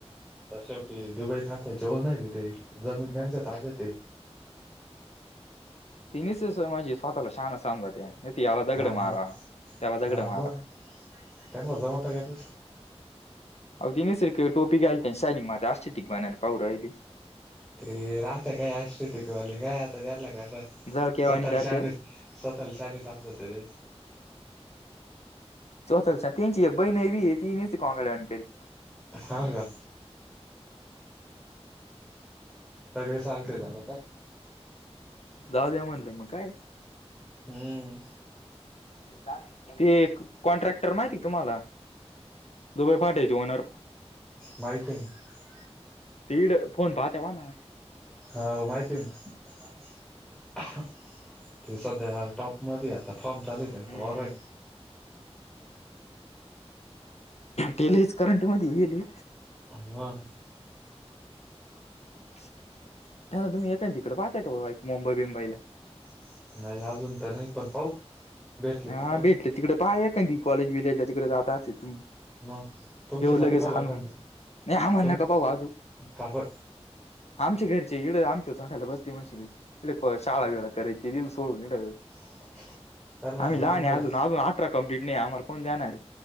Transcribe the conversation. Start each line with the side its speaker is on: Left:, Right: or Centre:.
Centre: तर शेवटी दुबई भारताचे हो नाहीरे ते. जमीन
Left: मग
Centre: त्यांच्या ताब्यात हाय.
Left: ती निस स म्हणजे स्वतःला शहाण समते त याला दगड
Centre: हा
Left: मारा.
Centre: मग
Left: त्याला
Centre: हा
Left: दगड मारा.
Centre: मग त्यांना जमत काय त.
Left: अव ती नुसती टोपी घालते आणि शायनिंग मारते आषिक टिकबाणाने पाहू राहिली.
Centre: ते राहता काय आश टिकवाले, काय आता त्यातला क
Left: जळक्यावाणी
Centre: स्वतःला
Left: करते
Centre: शान.
Left: हो
Centre: स्वतःला शाले समजत ते.
Left: स्वतः त्यांची एक बहिण नैवी ये ती निसत कोंबड्या वाणी करीत.
Centre: हा का. सगळे सारखे झालं का.
Left: जाऊ द्या म्हणलं मग काय.
Centre: हम्म.
Left: <unintelligible> ते एक कॉन्ट्रॅक्टर माहिती हाय का तुम्हाला? दुबई फाट्याचे ओनर
Centre: माहिती हाय ना.
Left: तिकडं फोन पाहते म्हणा.
Centre: हो माहिती आहे ना, ते सध्या टॉपमध्ये आ आता फॉर्म चालू आहे. त्यांचा
Left: हम्म
Centre: ओर हे.
Left: ते लईच करंटमध्ये गेले.
Centre: <unintelligible>
Left: तेव्हा तुम्ही येताय तिकडे, पाहताय काय <unintelligible> मुंबई बिंबईला
Centre: <unintelligible> अजून तर नाही पण पाहू. भेटली
Left: हा
Centre: तर पाहू
Left: भेटले तिकडे पाहा एकाकी कॉलेज बिलेजला तिकडे जात असते तुम्ही.
Centre: मग तुमच्यासाठी
Left: येऊ लगेच
Centre: पाहू
Left: हाणून
Centre: एखादी
Left: नाही हा म्हणू
Centre: तुम
Left: नका आजू.
Centre: काबर
Left: आमच्या घरचे येडं आमच्या झाडाला बसती म्हशीगत. एक शाळा बिळा करायची ती भी सोडलं.
Centre: <inaudible> त्यांना
Left: आम्ही
Centre: ना
Left: लहान
Centre: तुम्हाला
Left: आहे अजून, अजून अठरा कम्प्लीट नाही. आम्हाला कोण देणार?